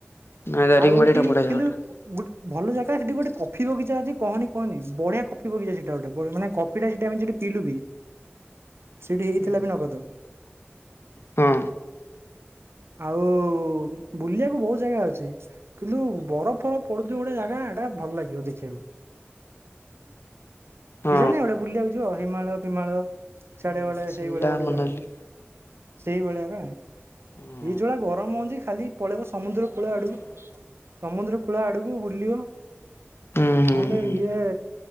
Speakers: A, on the left; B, on the right.
A: ନାଇଁ ଦାରିଙ୍ଗବାଡି
B: ଆଉ ଏଠି
A: ଟା ବଢିଆ ଜାଗାଟା।
B: କିନ୍ତୁ ଗୋଟେ ଭଲ ଜାଗା ସେଠି ଗୋଟେ କଫି ବଗିଚା ଅଛି କହନି କହନି। ବଢିଆ କଫି ବଗିଚା ସେଟା ଗୋଟେ ମାନେ କପିଟା ସେଠି ଆମେ ସେଠି ପିଲଲୁ ବି ସେଠି ହେଇଥିଲା
A: ହୁଁ
B: ବି ନଗଦ।
A: ହଁ
B: ଆଉ ବୁଲିବାକୁ ବହୁତ ଜାଗା ଅଛି। କିନ୍ତୁ ବରଫ ଫରଫ ପଡୁଥିବ ଗୋଟେ ଜାଗା ଏଟା ଭଲ ଲାଗିବ ଦେଖିବାକୁ। <unintelligible>
A: ହଁ।
B: ନାଇଁ ଗୋଟେ ବୁଲିବାକୁ ଯିବ ହିମାଳୟ ପିମାଳୟ।
A: ହୁଁ
B: ସେଡେ ବେଳେଆ
A: ଶିମଲା
B: ସେଇଭଳିଆ ଗୋଟେ
A: ମନାଲି
B: ଜାଗା ସେଇଭଳିଆ ନା।
A: ହୁଁ
B: ଇ ଛୁଡା ଗରମ ହଉଛି ଖାଲି ପଳେଇବ ସମୁଦ୍ର କୂଳ ଆଡକୁ ସମୁଦ୍ର କୂଳ ଆଡକୁ ବୁଲିବ।
A: ହୁଁ
B: ନହଲେ
A: ହୁଁ
B: ଇଏ।